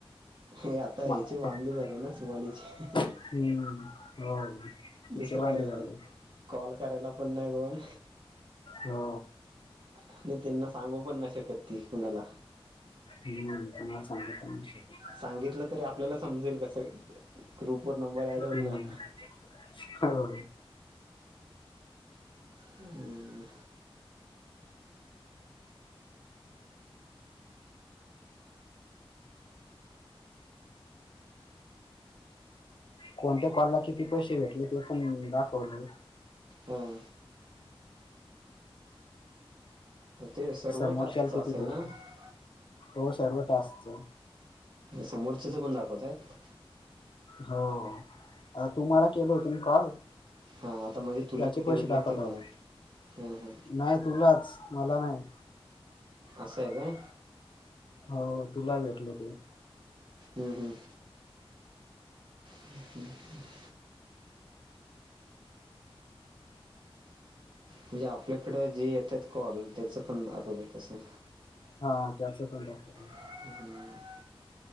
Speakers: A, on the right (about 55°); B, on the left (about 55°).
A: हे आता ह्याचे
B: मा
A: वांदे
B: फक्त
A: झाले ना सुवाणीचे.
B: हम्म. हो. तिचे
A: दुसरं,
B: वांदे झाले
A: कॉल करायला पण नाही कोण.
B: हो.
A: आणि त्यांना सांगू पण नाय शकत ती कुणाला.
B: हम्म. कुणाला सांगू पण नाय शकत.
A: सांगितलं तरी आपल्याला समजेल कसं काय? ग्रुप वर नंबर ऍड
B: हम्म
A: होईल ना.
B: हो.
A: हम्म.
B: कोणत्या कॉलला किती पैसे भेटले ते पण दाखवलेय.
A: हां ते सर्व
B: समोरच्याला
A: टास्कचं
B: किती
A: असेल
B: भेटले.
A: ना
B: हो सर्व टास्क चं.
A: समोरच्या चे पण दाखवतायेत?
B: हो. तुम्हाला केलं होते मी कॉल
A: हा आता म्हणजे तुला
B: त्याचे
A: किती
B: पैसे
A: भेटलेत
B: दाखवत
A: ते
B: आहेत.
A: मला ह हा.
B: नाही तुलाच. मला नाही.
A: असंय का?
B: हो तुला भेटले ते.
A: हम्म हम्म. हम्म हम्म. म्हणजे आपल्याकडं जे येत आहेत कॉल. त्याचं पण दाखवतंय तसं.
B: हा. त्याच पण दाखवत.
A: हम्म.